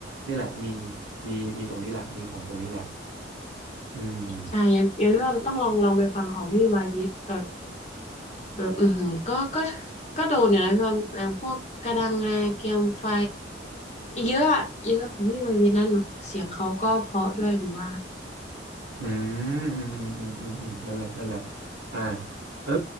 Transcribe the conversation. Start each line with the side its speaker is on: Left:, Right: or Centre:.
Right: นี่แหละมีมีมีตรงนี้แหละมีของตรงนี้แหละอืม
Left: ใช่งั้นงั้นพี่ว่าต้องลองลองไปฟังของพี่วายวิทย์กับแบบอือหือก็ก็ก็โดนอยู่นะพี่ว่าอย่างพวกกระดังงาเกียมไฟเยอะอะเยอะของพี่วายวิทย์นั่นหนูเสียงเขาก็เพราะด้วยหนูว่า
Right: อืมอืมอืมอืมอืมนั่นแหละนั่นแหละอ่าเออ